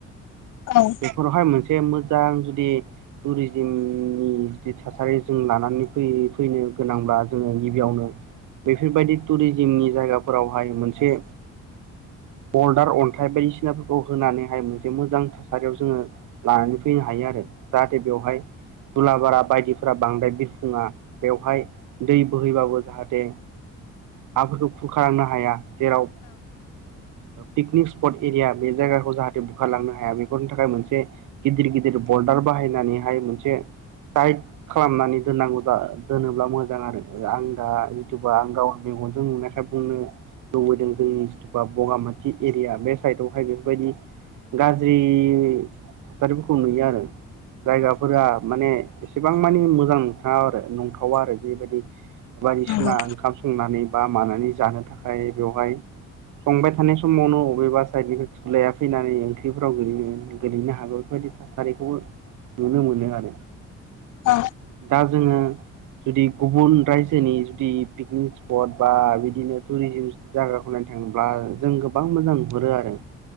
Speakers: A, on the left (about 80°); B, on the right (about 85°).
A: औ
B: बेफोरावहाय मोनसे मोजां जुदि टुरिजिमनि जि थासारि जों लानानै फै-फैनो गोनांब्ला जोङो गिबियावनो बेफोरबायदि टुरिजिमनि जायगाफोरावहाय मोनसे बरडार अन्थाइ बायदिसिनाफोरखौ होनानैहाय मोनसे मोजां थासारियाव जोङो लानानै फैनो हायो आरो जाहाथे बेवहाय दुलाबारा बायदिफोरा बांद्राय बिफुङा बेवहाय दै बोहैबाबो जाहाथे हाफोरखौ खुरखारांनो हायो हाया जेराव पिकनिक स्पट एरिया बे जायगाखौ जाहाथे बुखारलांनो हाया बेफोरनि थाखाय मोनसे गिदिर गिदिर बरडार बाहायनानैहाय मोनसे टाइट खालामनानै दोननांगौ दोनोब्ला मोजां आरो आं दा जिथुबा आं गाव मेगनजों नुनायखाय बुंनो लुबैदों जोंनि जिथुुबा बगामाथि एरिया बे साइदआवहाय बेफोरबायदि गाज्रि थासारिफोरखौ नुयो आरो जायगाफोरा माने एसेबां मानि मोजां नथाङाव आरो नंथावा आरो बेबायदि बायदिसिना
A: नंगौ
B: ओंखाम संनानै बा मानानै जानो थाखाय बेवहाय संबाय थानाय समावनो बबेबा साइडनिफ्राय थुलाया फैनानै ओंख्रिफोराव गो गोलैनो हागौ बेफोरबायदि थासारिखौबो नुनो मोनो आरो
A: अ
B: दा जोङो जुदि गुबुन रायजोनि जुदि पिकनिक स्पट बा बिदिनो टुरिजिम जायगाखौ नायनो थाङोब्ला जों गोबां मोजां नुहुरो आरो